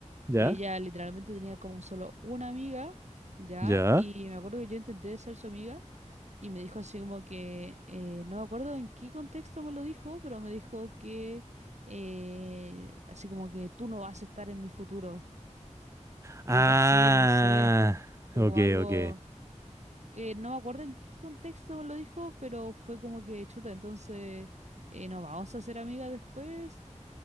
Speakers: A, on the right (about 25°); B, on the right (about 65°).
A: ¿Ya?
B: que ella literalmente tenía como solo una amiga, ¿ya?
A: ¿Ya?
B: Y me acuerdo que yo intenté ser su amiga y me dijo así como que, eh, no me acuerdo en qué contexto me lo dijo, pero me dijo que, eh, así como que tú no vas a estar en mi futuro,
A: Ah,
B: algo así, no sé, fue
A: ok,
B: como algo...
A: ok.
B: eh, no me acuerdo en qué contexto me lo dijo, pero fue como que chuta, entonces eh, nos vamos a hacer amigas después.